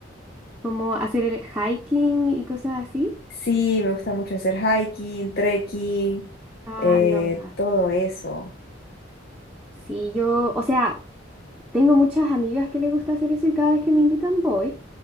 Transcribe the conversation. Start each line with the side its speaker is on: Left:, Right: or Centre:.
Centre: Como hacer el hiking y cosas así.
Left: Sí, me gusta mucho hacer hiking, trekking,
Centre: I
Left: eh,
Centre: love that.
Left: todo eso.
Centre: Sí, yo, o sea, tengo muchas amigas que les gusta hacer eso y cada vez que me invitan voy,